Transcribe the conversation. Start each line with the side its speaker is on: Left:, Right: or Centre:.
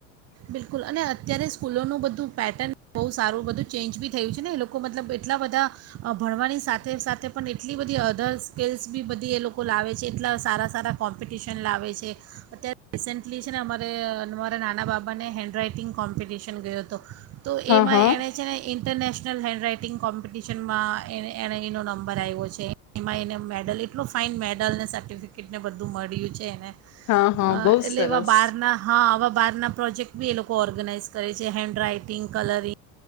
Right: બિલકુલ, અને અત્યારે સ્કૂલોનું બધું પેટર્ન બહુ સારું બધું ચેન્જ બી થયું છે ને એ લોકો મતલબ એટલા બધા, ભણવાની સાથે સાથે પણ એટલી બધી અધર સ્કીલ્સ બી બધી એ લોકો લાવે છે એટલા સારા સારા કોમ્પિટિશન લાવે છે, અત્યારે રિસેન્ટલી છે ને અમારેમારા નાના બાબા. મને હેન્ડ રાઈટિંગ કોમ્પિટિશન ગયો હતો. તો
Left: હા
Right: એમાં
Left: હા
Right: એણે છેને. ઇન્ટરનેશનલ હેન્ડ રાઈટિંગ કોમ્પિટિશનમાં એનો નંબર આવ્યો છે. એમાં એને મેડલ એટલું. ફાઇન મેડલને સર્ટિફિકેટને બધું મળ્યું છે એને.
Left: હા હા
Right: અ
Left: બહુ
Right: એટલે
Left: સરસ.
Right: એવા બાર ના હા આવા. બારનાં. પ્રોજેક્ટ બી એ લોકો ઓર્ગનાઇઝ કરે છે હેન્ડ રાઈટિંગ, કલરિંગ,